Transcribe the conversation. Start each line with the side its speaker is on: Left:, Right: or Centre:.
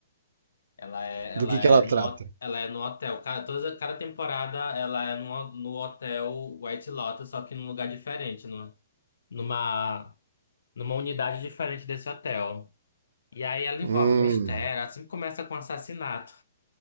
Left: Ela é, ela
Right: do que,
Left: é
Right: que ela
Left: no,
Right: trata.
Left: ho- ela é no hotel. Cada, toda, cada temporada ela é no, no hotel White Lotus, só que num lugar diferente, no, numa, numa unidade diferente desse hotel. E aí ela envolve
Right: Hum,
Left: mistério, assim começa com assassinato.